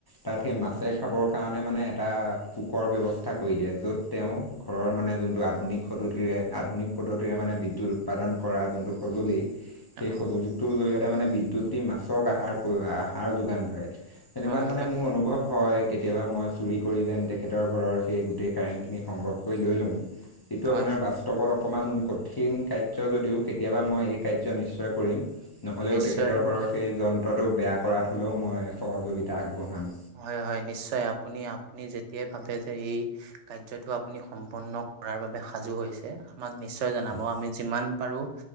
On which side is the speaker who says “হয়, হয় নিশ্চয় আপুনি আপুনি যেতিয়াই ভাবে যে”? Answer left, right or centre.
Right